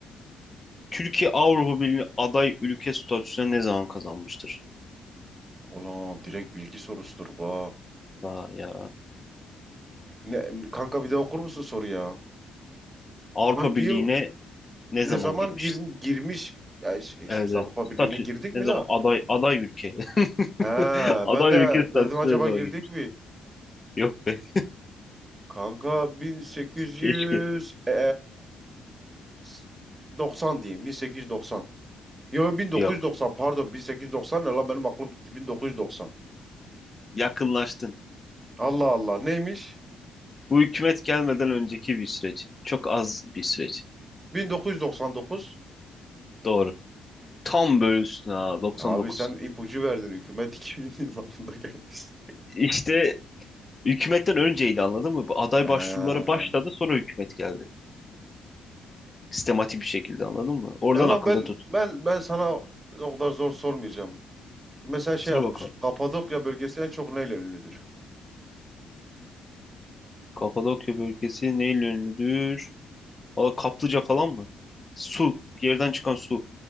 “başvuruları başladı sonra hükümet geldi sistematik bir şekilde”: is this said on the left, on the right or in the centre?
Left